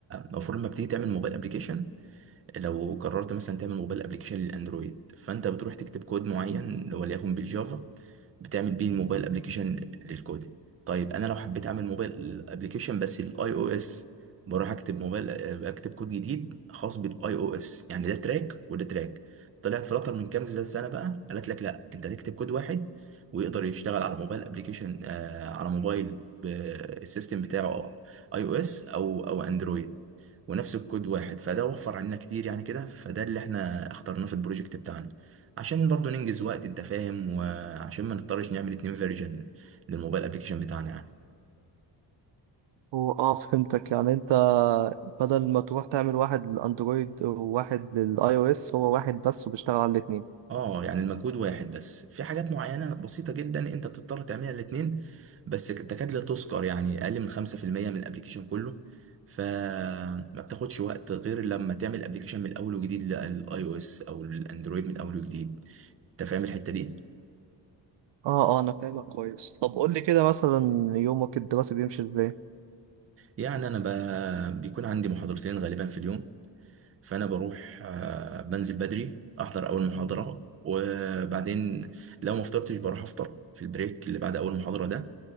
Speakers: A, on the right; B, on the right.
A: المفروض لما بتيجي تعمل موبايل ابلكيشن لو قررت مثلا تعمل موبايل ابلكيشن للاندرويد فانت بتروح تكتب كود معين وليكن بالجافا بتعمل بيه الموبايل ابلكيشن للكود طيب انا لو حبيت اعمل موبايل ابلكيشن بس للاي او اس بروح اكتب موبايل اكتب كود جديد خاص بالاي او اس يعني ده تراك وده تراك طلعت فلاتر من كام سنه بقى قالت لك لا انت هتكتب كود واحد ويقدر يشتغل على موبايل ابلكيشن آه على موبايل ب- السيستم بتاعه اي او اس او او اندرويد ونفس الكود واحد فده وفر علينا كتير يعني كده فده اللي احنا اخترناه في البروجكت بتاعنا عشان برضو ننجز وقت انت فاهم وعشان ما نضطرش نعمل اتنين فيرجن للموبايل ابليكيشن بتاعنا يعني
B: هو اه فهمتك يعني انت بدل ما تروح تعمل واحد للاندرويد وواحد للاي او اس هو واحد بس وبيشتغل على الاثنين
A: اه يعني المجهود واحد بس في حاجات معينة بسيطة جدا انت بتضطر تعملها الاتنين بس تكاد لا تذكر يعني اقل من 5% من الابليكيشن كله فما بتاخدش وقت غير لما تعمل ابليكيشن من الاول وجديد للاي او اس او الاندرويد من الاول وجديد انت فاهم الحتة دي
B: اه اه انا فاهمك كويس طب قول لي كده مثلا يومك الدراسي بيمشي ازاي
A: يعني انا ب... بيكون عندي محاضرتين غالبا في اليوم فانا بروح آه، بنزل بدري احضر اول محاضره وبعدين لو ما فطرتش بروح افطر في البريك اللي بعد اول محاضره ده